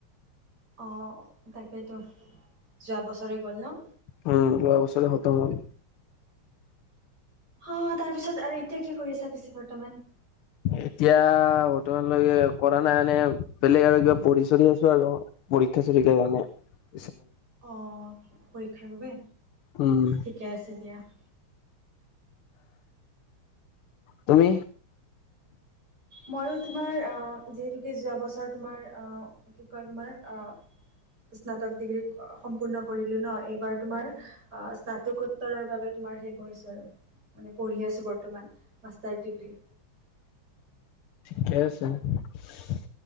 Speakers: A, on the right; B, on the left.
A: আহ তাকেতো যোৱা বছৰে গ'ল ন-
B: উম, যোৱা বছৰে খতম হ'ল।
A: অ তাৰ পিছত আৰু এতিয়া কি কৰি আছা পিছে বৰ্তমান-
B: এতিয়া বৰ্তমানলৈকে কৰা নাই মানে বেলেগ আৰু কিবা পঢ়ি চঢ়ি আছো আৰু- পৰীক্ষা চৰীক্ষা কাৰণে -
A: অ পৰীক্ষাৰ বাবে
B: উম,
A: ঠিকে আছে দিয়া-
B: তুমি?
A: ময়ো তোমাৰ যিহেতুকে যোৱা বছৰ তোমাৰ কি কয় তোমাৰ- স্নাতক ডিগ্ৰী সম্পূৰ্ণ কৰিলোঁ ন এইবাৰ তোমাৰ অ স্নাতকোত্তৰৰ বাবে- আৰু মানে পঢ়ি আছো বৰ্তমান মাষ্টাৰ ডিগ্ৰী-
B: ঠিকে আছে -